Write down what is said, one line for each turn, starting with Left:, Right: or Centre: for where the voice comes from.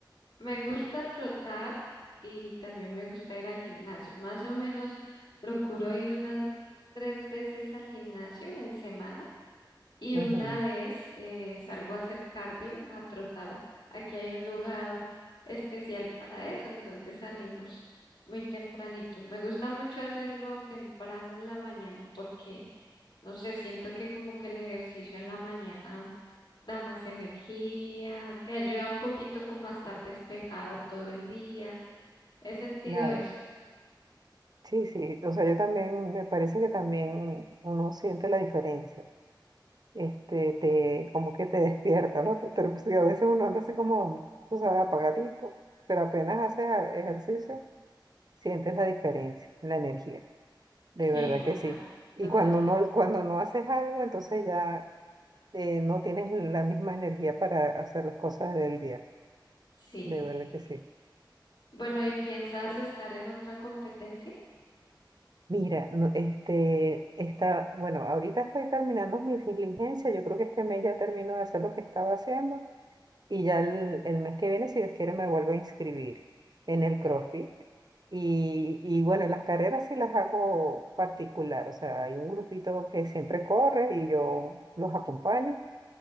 Left: Me gusta trotar y también me gusta ir al gimnasio. Más o menos procuro ir unas tres veces al gimnasio en semana. Y
Right: Ujú,
Left: una vez eh, salgo a hacer cardio, a trotar, aquí hay un lugar especial para eso, entonces salimos muy tempranito. Me gusta mucho hacerlo temprano en la mañana porque, no sé, siento que como que el ejercicio en la mañana da más energía, te ayuda un poquito como a estar despejado todo el día. He sentido
Right: Claro,
Left: eso.
Right: sí, sí, o sea, yo también, me parece que también uno siente la diferencia. este, te, como que te despierta, ¿no? Te- te- sí, a veces uno anda así como, tú sabes, apagadito, pero apenas haces a- ejercicio, sientes la diferencia, la energía, de
Left: Sí,
Right: verdad
Left: total,
Right: que sí. Y
Left: total.
Right: cuando no, cuando no haces algo, entonces ya eh, no tienes la misma energía para hacer las cosas del día,
Left: Sí.
Right: de verdad que sí.
Left: Bueno, ¿y piensas estar en otra competencia?
Right: Mira, no, este, está, bueno, ahorita estoy terminando mis diligencias, yo creo que este mes ya termino de hacer lo que estaba haciendo Y ya el, el mes que viene, si Dios quiere, me vuelvo a inscribir en el CrossFit. Y, y bueno, las carreras sí las hago particular. O sea, hay un grupito que siempre corre y yo los acompaño.